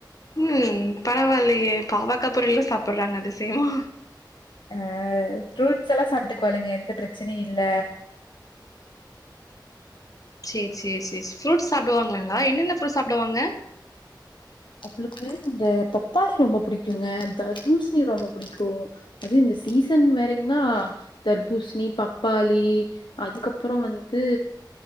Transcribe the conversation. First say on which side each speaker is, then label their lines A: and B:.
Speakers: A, on the left; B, on the left.
A: ம் பரவாயில்லயே பாவக்கா பொரியில்லா சாப்புறாங்க அதிசியமா
B: அ ஃப்ரூட்ஸ் எல்லா சாப்ட்டுக்குவாளுங்க எந்த ப்ரெச்சனையு இல்
A: சேர் சேர் சேர் ஃப்ரூட்ஸ் சாப்டுவாங்ளாங்ளா என்னென்ன ஃப்ரூட்ஸ் சாப்டுவாங்க
B: அவுளுக்கு இந்த பப்பாளி ரொம்ப புடிக்குங்க தர்பூச்ணி ரொம்ப புடிக்கு அது இந்த சீசன் வேறெய்ங்லா தர்பூச்ணி பப்பாளி அதுக்கப்புறோ வந்து